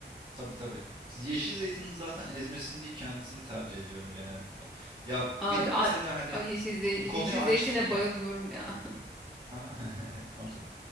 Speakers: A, on the right; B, in the centre.
A: Tabii tabii. Yeşil zeytinin zaten ezmesini değil kendisini tercih ediyorum genellikle. Ya benim
B: Ay, ay,
A: mesela hani
B: ay yeşil, zey-
A: bu
B: yeşil
A: konuyu açtın
B: zeytine
A: ya.
B: bayılıyorum ya. <laughs>
A: <laughs> Ha, Anladım.